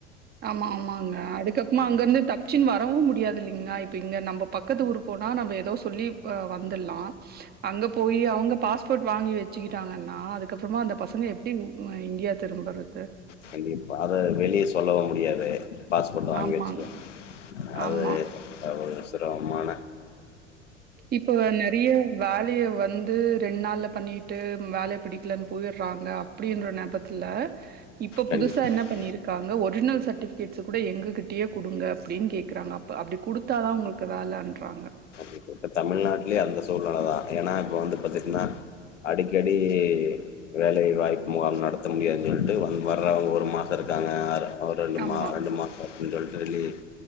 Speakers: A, on the right; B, on the left.
A: ஆமா ஆமாங்க அதுக்கப்மா அங்க இருந்து தப்ச்சுன் வரவு முடியாது இல்லைங்ளா இப் ப்ப இங்க நம்பப் பக்கத்து ஊரு போனா நம்ப எதோ சொ சொல்லிவ் இப்ப வந்தர்லா அங்க போயி அவங்க பாஸ்போர்ட் வாங்கி வெச்சுக்கிட்டாங்கன்னா ஆ அதுக் கப்றமா அந்த பசங்க எப்டி உ மே இண்டியா திரும்பறது
B: கண்டிப்பா அத வெளிய சொல்லவு முடியாது பாஸ்போர்ட்டு வாங்கி
A: ஆமாங்க
B: வச்சுக்குவா அது
A: ஆமா
B: தவறு த்ரோகமான
A: இப்போ நெறைய வேலைய வந் ந்து ரெண்ட் நாள்ல பண்ணிட்டு வேலய பிடிக்கலன் போயிறாங்க அப்டின்ற நெபத்துல இப்ப
B: கண்டிப்பா
A: புதுசா என்ன பண்ணிருக்காங்க ஒரிஜ்னல் சர்ட் ட்டிஃப்கேட்ஸ கூட எங்ககிட்டயே குடுங்க அப்டின் கேக்குறாங்க இப்ப அப்டி குடுத்தா தா உங்களுக்கு வேலன்றாங்க
B: இப்ப இப்ப தமிழ்நாட்டலே அந்த சூழ்நெல தா ஏனா இப்ப வந்து பாத்துட்னா அடிக்கடி வேலை வாய்ப்பு முகாம் நடத்த முடியாதுன் சொல்ட்டு வந் வர்றவங்க ஒரு மாச இருக்காங்க அ அவர் ரெண்டு
A: ஆமா
B: மா ரெண்டு மாச அப்டின் சொல்ட்டு லீ